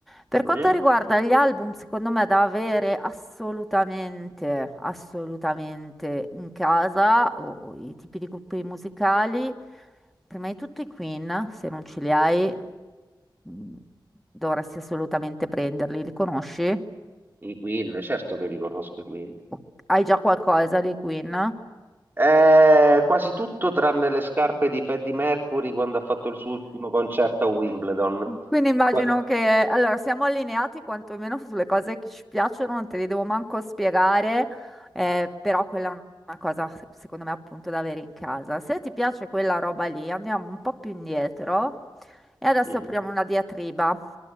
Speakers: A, in the centre; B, on the right.
A: Per
B: Mhm.
A: quanto riguarda gli album, secondo me da avere assolutamente, assolutamente in casa o, o i tipi di gruppi musicali, prima di tutto i Queen, se non ce li hai, mh, dovresti assolutamente prenderli. Li conosci?
B: I Queen, certo che li conosco i Queen.
A: O- Hai già qualcosa dei Queen?
B: Eh, quasi tutto tranne le scarpe di Freddie Mercury quando ha fatto il suo ultimo concerto a Wimbledon.
A: Quindi immagino
B: Que-
A: che, allora, siamo allineati quantomeno sulle cose che ci piacciono, non te le devo manco spiegare, eh, però quella è una cosa, secondo me, appunto da avere in casa. Se ti piace quella roba lì, andiamo un po' più indietro e adesso
B: Mhm.
A: apriamo una diatriba